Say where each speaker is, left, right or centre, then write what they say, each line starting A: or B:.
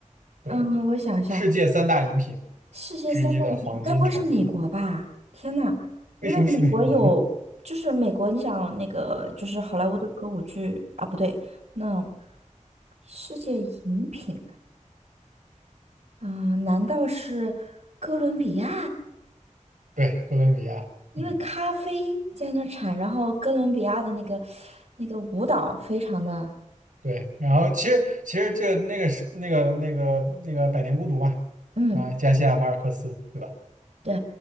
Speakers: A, on the right (about 85°); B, on the right (about 65°).
A: 对，
B: 嗯，我想一下，
A: 世界三大饮品
B: 世界三大饮品该不会是美国吧？
A: 之一的黄金产地，
B: 天呐，因为美国有，
A: 为什么是美国呢？
B: 就是美国，你想那个就是好莱坞的歌舞剧啊，不对，那世界饮品啊，难道是哥伦比亚？
A: 对，哥伦比亚。
B: 因为咖啡在那儿产，
A: 嗯。
B: 然后哥伦比亚的那个那个舞蹈非常的，
A: 对，然后其实其实这那个是那个那个那个《百年孤独》嘛，
B: 嗯，
A: 马加西亚马尔克斯，对吧？
B: 对，